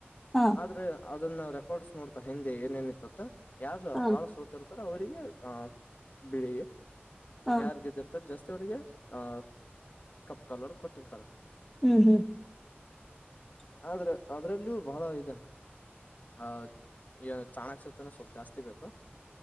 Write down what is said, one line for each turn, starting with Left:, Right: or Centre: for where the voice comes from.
Centre: ಹಾ
Left: ಆದ್ರೆ ಅದನ್ನ ರೆಕಾರ್ಡ್ಸ್ ನೋಡ್ತಾರೆ ಹಿಂದೆ ಏನೇನಿತ್ತತ್ತ ಯಾರು
Centre: ಹ
Left: ಬಾಳ ಸೋತಿರತ್ತ ಅವ್ರರಿಗೆ ಆ ಬಿಳಿಿಗೆ
Centre: ಹ
Left: ಯಾರ್ ದಿರ್ತಾರ ಜಾಸ್ತಿ ವ್ರಿಗೆ ಆಹ ಕಪ್ ಕಾಲರ್ ಕೊಟ್ಟಿರ್ತಾರ
Centre: ಹ್ಮ್ ಹ್ಮ್
Left: ಆದ್ರ ಅದರಲ್ಲೂ ಬಹಳ ಇದೆ ಹ ಇವನು ಚಾಣಾಕಸತನ ಸ್ವಲ್ಪ ಜಾಸ್ತಿ ಬೇಕಾ